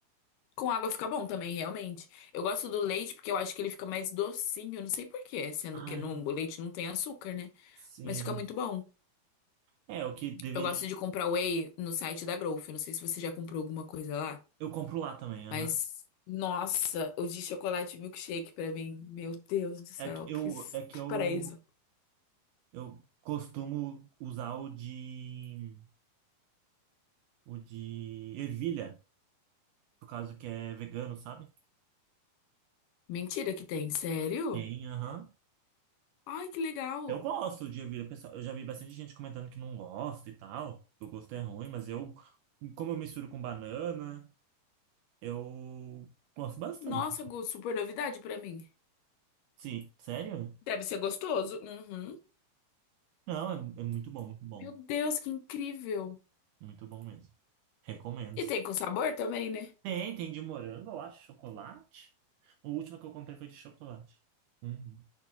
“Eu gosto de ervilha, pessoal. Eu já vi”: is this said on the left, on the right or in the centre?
Right